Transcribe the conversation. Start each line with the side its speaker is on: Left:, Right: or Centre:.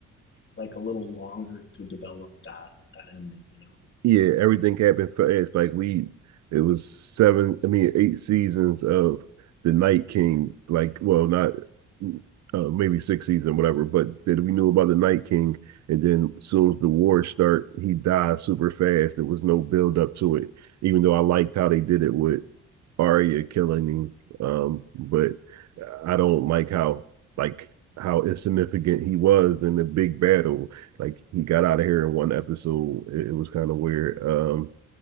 Left: like a little longer to develop that that ending. You
Right: yeah, everything happened fast. Like we, it was seven. I mean, eight seasons of the Night King. Like, well, not uh, maybe six season, whatever. But that we knew about the Night King, and then soon as the war start, he died super fast. There was no build up to it. Even though I liked how they did it with Arya killing him. Um, but I don't like how like how insignificant he was in the big battle. Like he got out of here in one episode. It, it was kind of weird. Um,